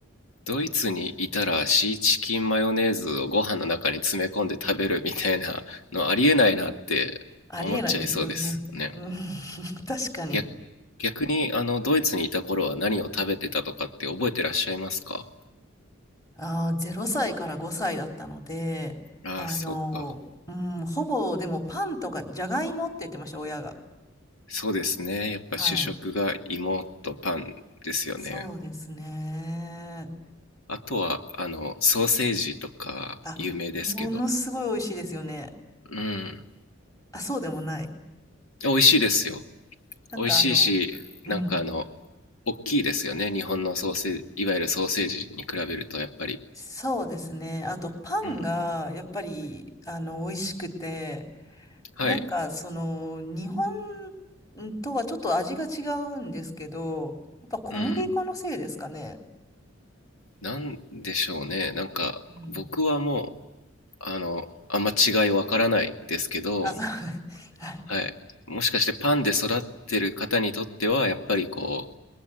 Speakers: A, on the left; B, on the left.
A: ドイツにいたらシーチキンマヨネーズをご飯の中に詰め込んで食べるみたいなのありえないなって思っちゃいそうですね。
B: ありえないですよね。うん、<laughs> 確かに。
A: 逆、逆にあのドイツにいた頃は何を食べてたとかって覚えてらっしゃいますか
B: ああ、0歳から5歳だったので、
A: ああー、
B: あの、
A: そうか。
B: うん、ほぼでもパンとかじゃがいもって言ってました、親が。
A: そうですね。やっぱ主食が芋とパンですよね。
B: はい。そうですね。
A: あとは、あの、ソーセージとか有名ですけど。
B: あ、ものすごい美味しいですよね。
A: うん。
B: あ、そうでもない。
A: 美味しいですよ。
B: なんかあの、
A: 美味しいし、
B: うん。
A: なんかあの、大きいですよね。日本のソーセージ、いわゆるソーセージに比べるとやっぱり。
B: そうですね。あと、パンが、
A: うん。
B: やっぱり、あの、美味しくて、
A: はい。
B: なんか、その、日本とはちょっと味が違うんですけど、やっぱ小麦粉のせいですかね。
A: うん。なんでしょうね。なんか、
B: うん。
A: 僕はもう、あの、あんま違いわからないですけど、
B: あ、そう。<laughs> はい。
A: はい。もしかしてパンで育ってる方にとっては、やっぱりこ